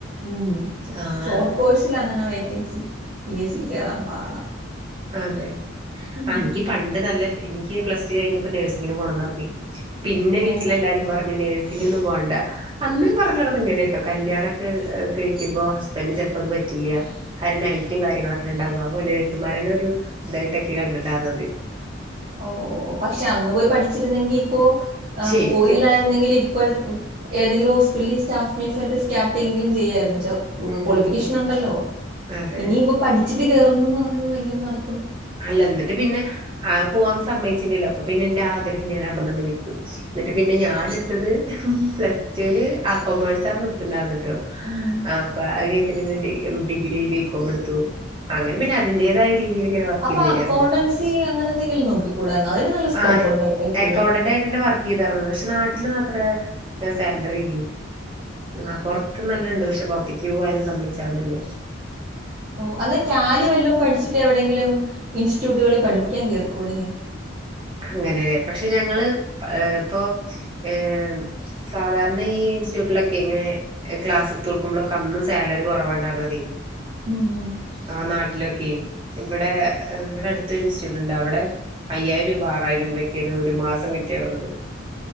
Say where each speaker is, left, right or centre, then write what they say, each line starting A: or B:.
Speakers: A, on the right; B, on the right.
A: ഉം
B: ആഹ്
A: ഷോർട്ട് കോഴ്സിലങ്ങനെ വേക്കൻസി പി എസ് സി കേറാൻ പാടാ
B: അതെ
A: ഉം
B: ആഹ് എനിക്ക് പണ്ട് താല്പര്യം എനിക്ക് പ്ലസ് ടു കഴിഞ്ഞപ്പം നേഴ്സിങ്ങിന് പോണംന്ന <unintelligible> പിന്നെ വീട്ടിലെല്ലാരും
A: ഓ
B: പറഞ്ഞു നേഴ്സ് ചിന്നൊന്നും പോണ്ട അന്ന് പറഞ്ഞടന്ന് ഇങ്ങനെട്ടോ കല്യാണൊക്കെ കഴിക്കുമ്പോ ഹസ്ബൻഡ് ചെലപ്പോ അത് പറ്റില്ല കാരണം നൈറ്റും കാര്യങ്ങളൊക്ക ഉണ്ടാവാ മോനേ വച്ച് ക്യൂ ഇതായിട്ടക്കെ കണ്ടണ്ടാർന്നത്
A: ഓഹ് പക്ഷെ അന്ന് പോയി പഠിച്ചിരുന്നെങ്കി ഇപ്പോ ആഹ്
B: ശരിക്കും
A: പോയില്ലാരുന്നെങ്കിൽ ഇപ്പൺ ഏതങ്കിലും ഹോസ്പ്പിറ്റലിൽ സ്റ്റാഫ്‌ നേഴ്സായിട്ട് സ്റ്റാർട്ടെങ്കിലും ചെയ്യാരുന്ന് ദ വ്
B: ഉം
A: ക്വാളിഫിക്കേഷൻ ഉണ്ടല്ലോ
B: അതെ
A: ഇനിപ്പം പഠി അടിച്ചിട്ട് കേറുന്നുന്ന് പറയുന്നത് ഭയങ്കര നാണ
B: അല്ല എന്നിട്ട് പിന്നെ ആഹ് പോവാൻ സമ്മയിച്ചില്ലല്ലോ അപ്പ പിന്നെ എന്റെ ആ ആഗ്രഹം ഞാൻ അവിടന്നണ്ട് വിട്ടു എന്നിട്ട് പിന്നെ ഞാനെടുത്തത് പ്ലസ് റ്റൂല് ആഹ് കോമേഴ്‌സാരുന്നെടുത്തിണ്ടാരുന്നേ
A: ഉം
B: ആഹ് അപ്പ പിന്നെഞ് ഡി ഡിഗ്രിരി ബി കോ കോമ് എടുത്തു അങ്ങനെ പിന്നെ അതിന്റെതായ രീതിൽ ഇങ്ങനെ വർക്ക്
A: അപ്പൊ
B: ചെയ്ത് വരായിരുന്നു
A: അക്കൗണ്ടൻസി അങ്ങനെ എന്തെങ്കിലും നോക്കിക്കൂടായിരുന്നോ അതിന് നല്ല സ്കോപ്പ്
B: ആ
A: ഉണ്ട് കേട്ടോ ഇപ്പഴ്
B: അക്കൗണ്ടന്റ് ആയിട്ട്ന്നെ വർക്ക് ചെയ്തായിരുന്നത് പക്ഷെ നാട്ടിലൊന്നും അത്ര സാലറില്ലേ ആ പെറത്ത് നല്ലണ്ട് പക്ഷെ പു ഒറ്റക്ക് പോകാനും സമ്മച്ചാർരുന്നില്ല
A: ഓ അത് റ്റാലി വല്ലും പഠിച്ചിട്ട് എവിടെങ്കിലും ഇൻസ്റ്റ്യൂട്ടുകളിൽ പഠിപ്പിക്കാൻ കേറിക്കു കുടെ
B: അങ്ങനെല്ലെ പക്ഷെ ഞങ്ങള് ഇപ്പോ ഏർ സാധാരണ ഈ ഇൻസ്റ്റ്യൂട്ടിലൊക്കെ ഇങ്ങനെ ക്ലാസ് ഒ കൊടുക്കുമ്പോഴൊക്കെ അന്നും സാലറി കുറവാണ്ടായിരന്നതേ
A: ഉം
B: ആ നാട്ടിലൊക്കെ ഇവിടെ ഇവിടെ അടുത്തൊരു ഇൻസ്റ്റിറ്റ്യൂട്ട ഉണ്ട് അവിടെ അയ്യായിരം രൂപ ആറായിരം രൂപൊക്കെയാണ് ഒരു മാസം കിട്ടിയറത്